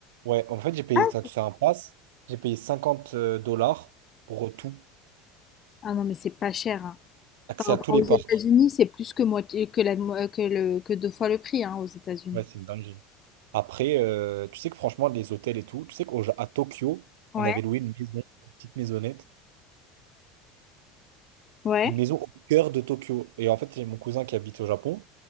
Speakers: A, on the right; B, on the left.
A: ouais. En fait, j'ai payé
B: Ah,
A: ça, c'est un pass. J'ai payé 50 euh, dollars pour tout.
B: Ah non, mais c'est pas cher, hein.
A: Accès
B: Par rapport
A: à tous les
B: aux États-Unis,
A: parcs.
B: c'est plus que moitié, que la, mo- euh, que le, que deux fois le prix, hein, aux États-Unis.
A: Ouais, c'est une dinguerie. Après, euh, tu sais que franchement, les hôtels et tout, tu sais qu'à Tokyo,
B: Ouais,
A: on avait loué une maison, une petite maisonnette.
B: ouais.
A: une maison au cœur de Tokyo. Et en fait, j'ai mon cousin qui habite au Japon.